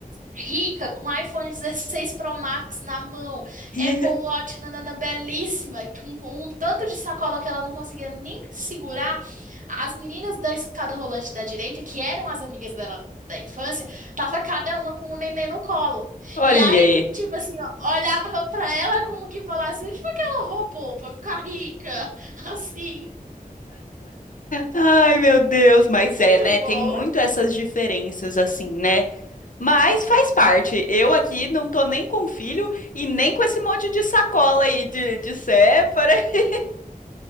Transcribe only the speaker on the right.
rica, com iPhone 16 Pro Max na mão,
Apple Watch, nanana, belíssima, com, com um tanto de sacola que ela não conseguia nem segurar, as meninas da escada rolante da direita, que eram as amigas dela da infância, tava cada uma com um neném no colo.
E aí,
tipo assim, ó, olhava pra ela como que falasse, onde foi que ela roubou pra ficar rica? <laughs> Assim,
muito
bom.